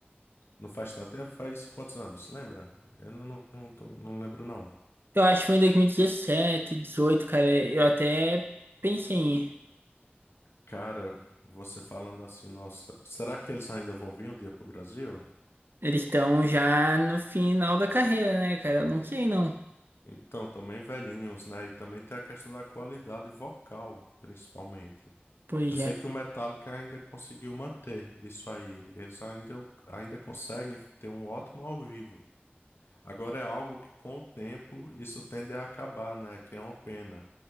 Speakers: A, on the left (about 80°); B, on the right (about 60°).
A: Não faz tanto tempo, faz quantos anos? Lembra? Eu não, não, não tô- não lembro, não.
B: Eu acho que foi em 2017, 18, cara. Eu até pensei em. ir.
A: Cara, você falando assim, nossa, será que eles ainda vão vir um dia pro Brasil?
B: Eles estão já no final da carreira, né, cara? Eu Não sei, não.
A: Então, também velhinhos, né? E também tem a questão da qualidade vocal, principalmente.
B: Pois
A: Eu sei
B: é.
A: que o Metallica ainda conseguiu manter isso aí. Eles ainda, ainda conseguem ter um ótimo ao vivo. Agora é algo que, com o tempo, isso tende a acabar, né? Que é uma pena.